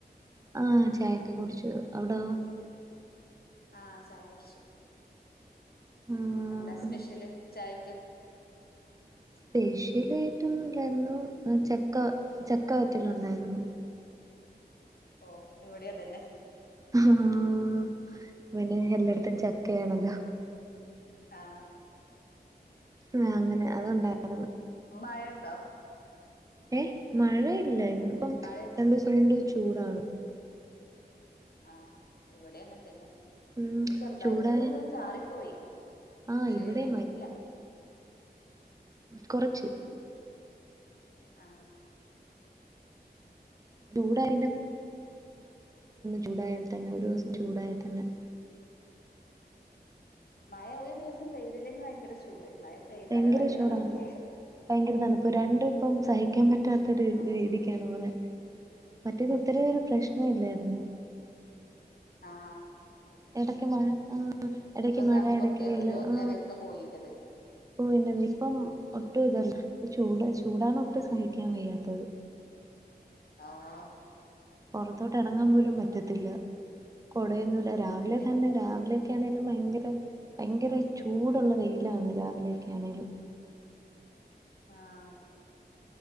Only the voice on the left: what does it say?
ആ ചായ കുടിച്
എന്താ സ്പെഷ്യല് ചായക്ക്
ഓ ഇവിടെയതന്നെ
ആഹ
മഴുണ്ടോ
മഴ
ആഹ എവിടെ അങ്ങനെ തന്നെ
ഇന്ന് ചെറുതാക്കട്ടിയൊക്കെ
ഒന്ന് ചാറിപ്പോയി
പക്ഷെ
പെയ്തിട്ടില്ല
ആഹ
മഴ ഒരു ദിവസം പെയ്തില്ലെങ്കിൽ ഭയങ്കര ചൂട് മഴ പെയ്താലാ
ഭയങ്കര തണുപ്പ്
ആഹ്
ആഹ
തണുപ്പൊക്കെ
ഒരു
ലെവൽക്ക പോയിന്റത്
ആഹ
അതന്നെ
ആഹ